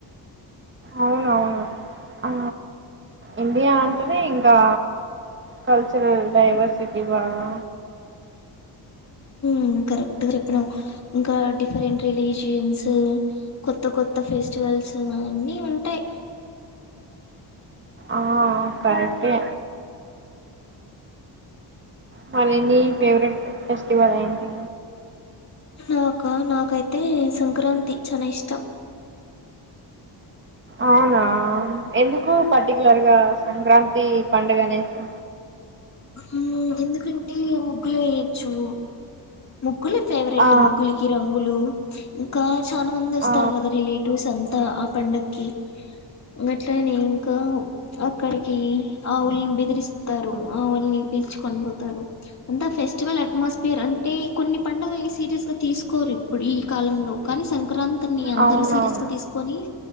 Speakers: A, on the right; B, on the left.
A: అవునవును ఆ ఇండియా అంటేనే ఇంకా కల్చరల్ డైవర్సిటీ బాగా
B: మ్మ్ కరెక్ట్ గా చెప్పినవ్ ఇంకా డిఫరెంట్ రిలీజియన్స్ కొత్త కొత్త ఫెస్టివ కలుసువా అన్నీ ఉంటాయి
A: ఆ ఆ కరెక్టె మరి ఏంది నీ ఫేవరెట్ ఫెస్టివల్ ఏంటి
B: నాకా నాకైతే సంక్రాంతి చానా ఇష్టం
A: అవునా ఎందుకు పర్టికులర్ గా సంక్రాంతి ఇది పండగ అనేసి
B: ఆ ఎందుకంటే ముగ్గులు వేయొచ్చు ముగ్ ముగ్గులే ఫేవరెట్
A: ఆ
B: ముగ్గులకి రంగులు ఇంకా చానా మంది వస్తారు
A: ఆ
B: కదా రిలేటివ్స్ అంతా ఆ పండక్కి అట్లనే ఇంకా అక్కడికి ఆవుల్ని పిలిపిస్తారు ఆవుల్ని పిలుచుకొని పోతారు అంటే ఫెస్టివల్ అట్మాస్పియరా అంటే కొన్ని పండుగల్ని సీరియస్ గా తీసుకోరు ఇప్పుడు ఈ కాలంలో కానీ సంక్రాంతి త్రిని అందరు
A: అవునవును
B: సీరియస్ గా తీసుకొని